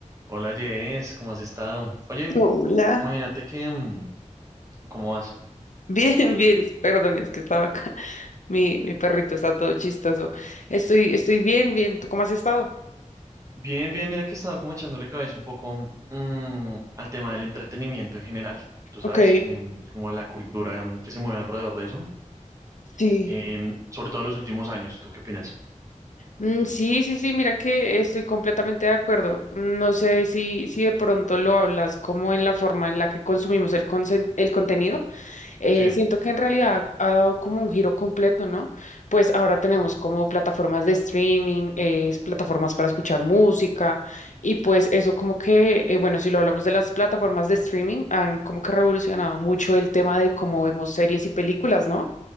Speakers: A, on the right; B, on the left.
A: Hola Jess, ¿cómo has estado? Oye,
B: Hola.
A: imagínate
B: <laughs>
A: que, mm, ¿cómo vas?
B: Bien, bien, perdón, es que estaba acá. Mi, mi perrito está todo chistoso. Estoy, estoy bien, bien. ¿Tú cómo has estado?
A: Bien, bien, mira que he estado como echándole cabeza un poco mm, al tema del entretenimiento en general, tú sabes,
B: Ok,
A: Em, como a la cultura mm, que se mueve alrededor de eso,
B: sí.
A: Em, sobre todo en los últimos años, ¿tú qué opinas?
B: Mm, sí, sí, sí, mira que estoy completamente de acuerdo. No sé si, si de pronto lo hablas como en la forma en la que consumimos el, consen- el contenido. eh,
A: Sí,
B: siento que en realidad ha dado como un giro completo, ¿no? Pues ahora tenemos como plataformas de streaming, eh, plataformas para escuchar música y pues eso como que, eh, bueno, si lo hablamos de las plataformas de streaming, han como que revolucionado mucho el tema de cómo vemos series y películas, ¿no?